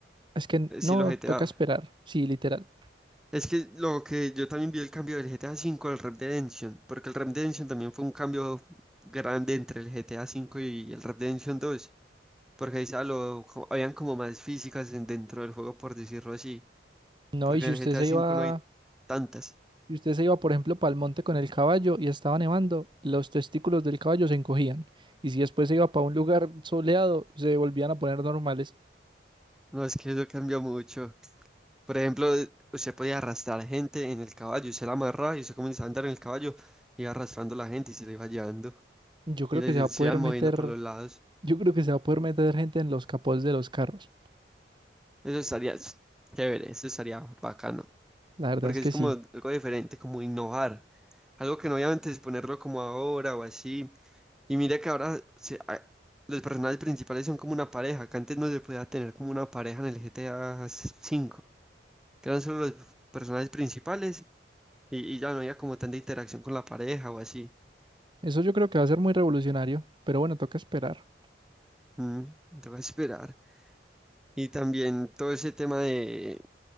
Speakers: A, on the right; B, in the centre.
A: es que
B: Eh,
A: no,
B: Sí, los GTA.
A: toca esperar. Sí, literal.
B: Es que lo que yo también vi el cambio del GTA 5 al Red Dead Redemption, porque el Red Dead Redemption también fue un cambio grande entre el GTA 5 y el Red Dead Redemption 2. Porque ahí sa- lo, co- habían como más físicas en- dentro del juego, por decirlo así.
A: No,
B: Porque
A: y si
B: en
A: usted
B: el GTA
A: se
B: V
A: iba
B: no hay tantas.
A: Y usted se iba, por ejemplo, para el monte con el caballo y estaba nevando, los testículos del caballo se encogían. Y si después se iba para un lugar soleado, se volvían a poner normales.
B: No, es que eso cambió mucho. Por ejemplo, usted podía arrastrar gente en el caballo, usted la amarraba y usted comenzaba a andar en el caballo, iba arrastrando a la gente y se la iba llevando.
A: Yo creo
B: Y les
A: que se va a
B: se
A: poder
B: iban
A: meter,
B: moviendo por los lados.
A: yo creo que se va a poder meter gente en los capots de los carros.
B: Eso estaría s- chévere, eso estaría bacano.
A: La verdad
B: porque
A: es que
B: es como
A: sí.
B: algo diferente, como innovar. Algo que no obviamente es ponerlo como ahora o así. Y mira que ahora se- a- los personajes principales son como una pareja, que antes no se podía tener como una pareja en el GTA cinco que eran solo los personajes principales y, y ya no había como tanta interacción con la pareja o así.
A: Eso yo creo que va a ser muy revolucionario, pero bueno, toca esperar.
B: Mm, tengo que esperar. Y también todo ese tema de